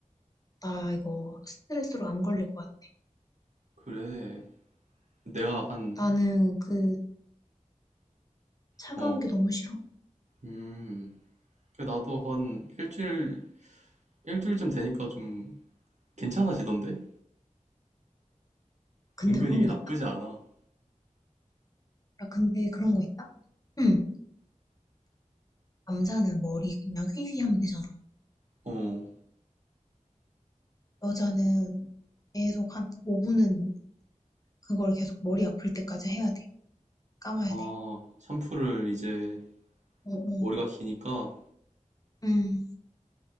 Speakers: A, on the left; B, on the right.
A: 나 이거 스트레스로 안 걸릴 것 같아.
B: 그래. 내가 한,
A: 나는 그 차가운
B: 어,
A: 게 너무 싫어.
B: 음. 그래, 나도 한 일주일, 일주일쯤 되니까 좀 괜찮아지던데?
A: 근데
B: 은근
A: 그런
B: 이게
A: 거
B: 나쁘지
A: 있다?
B: 않아.
A: 야 근데 그런 거 있다? 응. 남자는 머리 그냥 휘휘 하면 되잖아.
B: 어,
A: 여자는 계속 한 5분은 그걸 계속 머리 아플 때까지 해야 돼. 감아야
B: 아,
A: 돼.
B: 샴푸를 이제
A: 어, 어.
B: 머리가 기니까
A: 음.